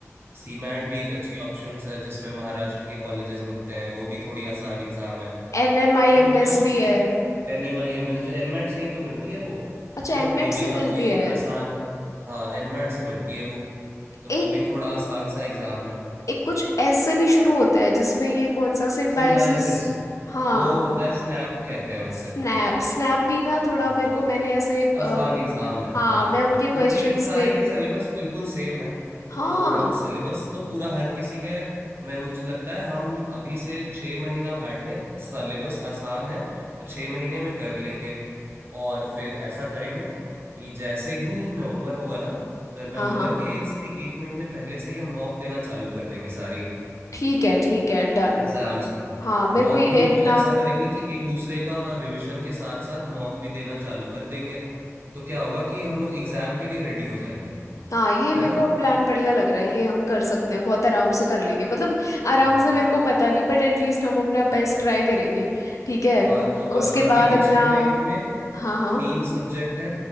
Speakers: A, on the right (about 45°); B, on the left (about 75°).
A: सीमैट भी एक अच्छी ऑप्शन है जिसमें महाराष्ट्र के कॉलेजेस मिलते हैं वो भी थोड़ी आसान एग्जाम है
B: N M I
A: तो मोटा
B: M S
A: मोटी
B: भी है
A: एन एम आई एम एस जो एनमैट से ही तो मिलती है वो
B: अच्छा
A: वो
B: एनमेट
A: वो भी
B: से
A: काफी
B: मिलती है
A: आसान हाँ एनमैट से मिलती है वो तो
B: एक
A: वो भी थोड़ा आसान सा एग्जाम है
B: एक कुछ एस से भी शुरू होता है जिसमें ये कौन सा सिम्बायोसिस
A: सिम्बायसिस
B: हाँ
A: वो होता है स्नैप कहते हैं उसे
B: स्नैप स्नैप भी ना थोड़ा
A: हाँ
B: मेरे को मैंने ऐसे अ,
A: आसान एग्जाम है
B: हाँ
A: हाँ
B: मैं उनके क्वेश्चंस
A: लेकिन सारे
B: देख
A: के
B: रही
A: सिलेबस
B: थी
A: बिल्कुल सेम है
B: हाँ
A: तो हम सिलेबस तो पूरा हर किसी के मैं मुझे लगता है हम अभी से छः महीना बैठे सिलेबस आसान है तो छः महीने में कर लेंगे और फिर ऐसा करेंगे कि जैसे ही नवंबर होगा ना तो नवंबर
B: हाँ हाँ
A: के से एक महीने पहले से ही हम मॉक देना चालू कर देंगे सारी
B: ठीक है ठीक है डन
A: एग्जाम्स का
B: हाँ मेरे
A: मॉक
B: को ये
A: भी हम
B: अपना
A: ऐसा करेंगे कि एक दूसरे का रिवीजन के साथ साथ मॉक भी देना चालू कर देंगे तो क्या होगा कि हम लोग एग्जाम के लिए रेडी हो जाएंगे
B: हाँ ये मेरे
A: है ना
B: को प्लान बढ़िया लग रहा है ये हम कर सकते हैं बहुत आराम से कर लेंगे मतलब आराम
A: हाँ
B: से मेरे को पता नहीं बट एटलीस्ट हम अपना बेस्ट ट्राई करेंगे ठीक है
A: हाँ तो आ,
B: उसके
A: आगे
B: बाद
A: के
B: अपना
A: छह महीने में
B: हाँ हाँ
A: तीन सब्जेक्ट हैं